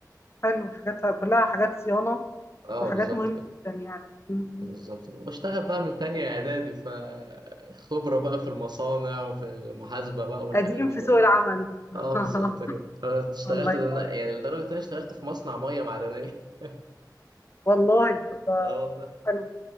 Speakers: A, on the left; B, on the right.
A: حلو حاجاتها كلها حاجات صيانة
B: اه
A: وحاجات
B: بالظبط
A: مهمة
B: كده
A: جدا يعني م-
B: بالظبط كده بشتغل بقى من تانية اعدادي فخبرة بقى في المصانع وفي المحاسبة بقى والحاجات
A: قديم
B: دي
A: في
B: كلها
A: سوق العمل <laughs>
B: اه بالظبط كده آه، اشتغلت
A: الله ينور
B: ده يعني لدرجة ان انا اشتغلت في مصنع مية معدنية <laughs>
A: والله طب-
B: اه والله
A: حلو